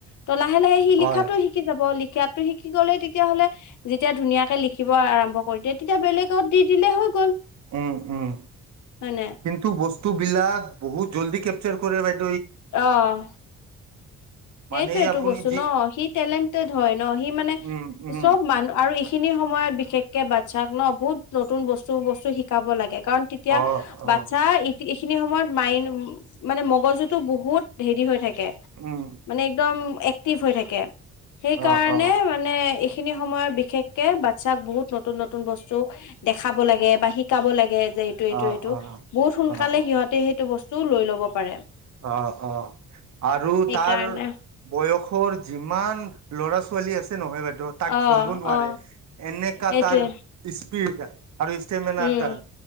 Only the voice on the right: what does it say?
হয়।
উম উম
কিন্তু বস্তু বিলাক বহুত জল্দি ক কেপচাৰ কৰে ব
মানে
আপুনি
যি
উম, উম,
অ', অ',
উম,
অ', অ',
অ',
অ',
অ',
অহ ',- অহ ', আৰু
তাত, আৰ বয়সৰ যিমান, ল'ৰা -ছোৱালী আছে নহয় ব, তাক
ধৰব নোৱাৰে
এনেকা
তাৰ স্পীড। আৰু ইষ্টেমেনাৰ
তাৰ,